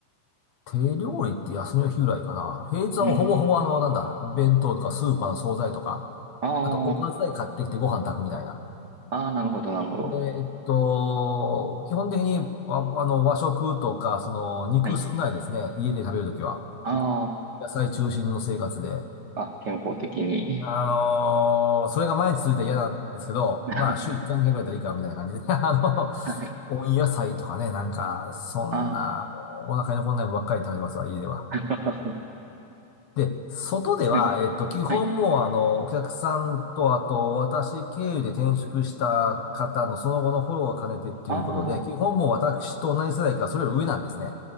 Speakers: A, on the left; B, on the right.
A: う。手料理って休みの日ぐらいかな。平日はもうほぼほぼあの、
B: うん。
A: なんだ、弁当とかスーパーの惣菜とか、
B: ああ、
A: あとおかず代買ってきてご飯炊くみたいな。
B: ああ、なるほど、なるほど。
A: で、えっと、基本的に、あ、あの、和食とか、その、肉少ないですね。
B: はい。
A: 家で食べるときは。
B: あ
A: 野菜中心の生活で。
B: あ、あ、健康的に。
A: あのーそれが毎日続いたら嫌なんですけど、
B: <laughs>
A: まあ、週1回、2回ぐらいだったらいいか、みたいな感じで。<laughs> あの、
B: はい。
A: 温野菜とかね、なんか、そんな、
B: あ
A: もうお腹に残んないもんばっかり食べてますわ、家では。
B: あ、<laughs>
A: で、外では、
B: はい、
A: えっと、基本もう、
B: はい。
A: あの、お客さんと、あと、私経由で転職した方のその後のフォローを兼ねてっていうことで、
B: ああ、
A: 基本もう私と同じ世代か、それより上なんですね。